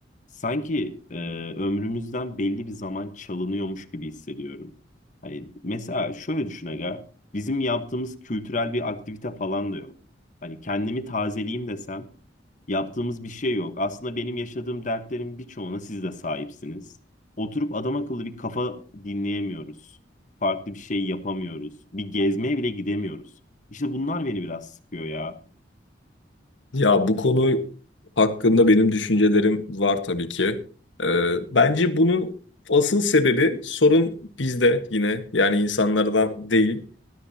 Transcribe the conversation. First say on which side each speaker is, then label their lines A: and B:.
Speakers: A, on the left; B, on the left.
A: Sanki e, ömrümüzden belli bir zaman çalınıyormuş gibi hissediyorum. Hani mesela şöyle düşün aga, bizim yaptığımız kültürel bir aktivite falan da yok. Hani kendimi tazeleyeyim desem Yaptığımız bir şey yok. Aslında benim yaşadığım dertlerin birçoğuna siz de sahipsiniz. Oturup adam akıllı bir kafa dinleyemiyoruz. Farklı bir şey yapamıyoruz. Bir gezmeye bile gidemiyoruz. İşte bunlar beni biraz sıkıyor ya.
B: Ya bu konu hakkında benim düşüncelerim var tabii ki. Ee, bence bunun asıl sebebi sorun bizde yine yani insanlardan değil.